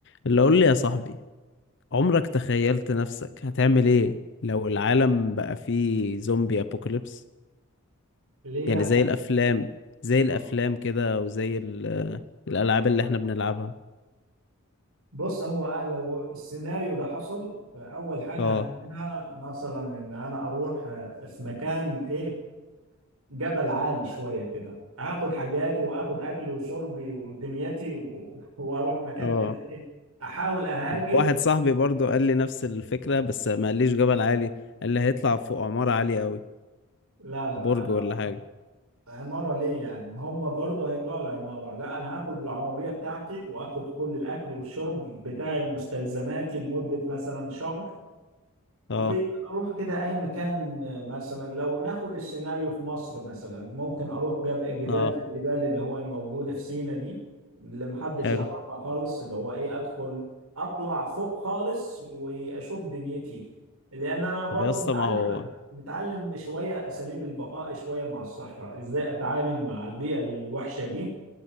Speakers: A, on the left (about 55°); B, on the right (about 85°).
A: اللي قول لي يا صاحبي عمرك تخيلت نفسك هتعمل ايه لو العالم بقى فيه زومبي ابوكاليبس
B: ليه
A: يعني
B: يعني
A: زي الافلام زي الافلام
B: آه.
A: كده وزي ال- الالعاب اللي احنا بنلعبها
B: بص هو أنا لو السيناريو ده حصل فأول حاجة
A: اه
B: هعملها مثلا إن أنا أروح آه، في مكان إيه جبل عالي شوية كده هاخد حاجاتي وآخد أكلي وشربي ودنيتي و... وأروح مكان
A: اه
B: كده إيه أحاول أهاجر
A: واحد صاحبي برضو قال لي نفس الفكرة بس ما قاليش جبل عالي قال لي هيطلع فوق عمارة عالية قوي
B: لا لا
A: برج
B: أنا
A: ولا حاجة
B: عمارة ليه يعني ما هم برضه هيطلعوا العمارة لا أنا هاخد العربية بتاعتي وآخد كل الأكل والشرب بتاعي ومستلزماتي لمدة مثلا شهر
A: اه
B: واروح كده اي مكان مثلا لو ناخد السيناريو في مصر مثلا ممكن اروح جب- جبال
A: اه
B: زي الجبال اللي هو الموجوده في سينا دي اللي محدش
A: حلو
B: يعرفها خالص اللي هو ايه ادخل اطلع فوق خالص واشوف دنيتي لان انا برضو
A: طب يا اسطى
B: متعلم
A: ما هو
B: متعلم شويه اساليب البقاء شويه مع الصحراء ازاي اتعامل مع البيئه الوحشه دي